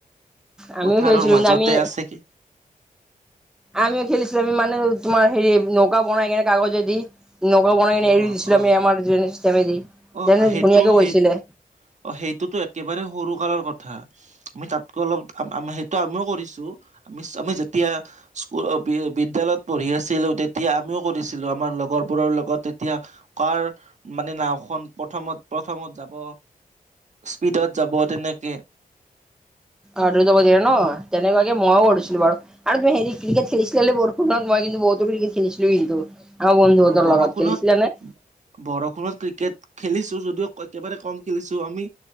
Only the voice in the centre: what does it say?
আমিও
খেলিছিলোঁ
কিন্তু আমি
আমিও খেলিছিলো আমি মানে তোমাৰ হেৰি নৌকা বনাই কেনে কাগজে দি। নগা বনাই কিনে
এৰি দিছিলোঁ
আমি আমাৰ যোৱেনি ষ্টেষ্টমেদি
যেনে
ধুনীয়াকৈ
গৈছিলে।
অৱ ধৰি যাব দিয়ে ন তেনেকুৱাকে ময়ো কৰিছিলো বাৰু। আৰু তুমি হেৰি ক্ৰিকেট খেলিছিলা হ বৰষুণত মই কিন্তু বহুতো ক্ৰিকেট খেলিছিলো কিন্তু। আগ বন্ধু
হেতৰ
লগত খেলিছিলা নে?